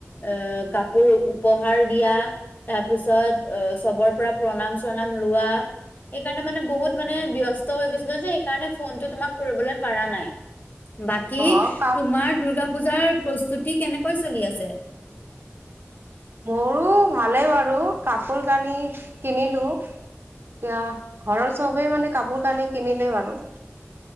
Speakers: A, on the left; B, on the right.
A: আহ কাপোৰ উপহাৰ দিয়া। তাৰপিছত চবৰ পৰা প্ৰণাম চনাম লোৱা। সেইকাৰণে মানে বহুত মানে ব্যস্ত হৈ গৈছিলো যে সেইকাৰণে ফোনটো তোমাক কৰিবলৈ পাৰা নাই বাকী
B: অ কাপ
A: তোমাৰ দুৰ্গা পূজাৰ প্ৰস্তুতি কেনেকৈ চলি আছে
B: মোৰো ভালে বাৰু কাপোৰ কানি কিনিলো এয়া ঘৰৰ চবেই মানে কাপোৰ কানি কিনিলে বাৰু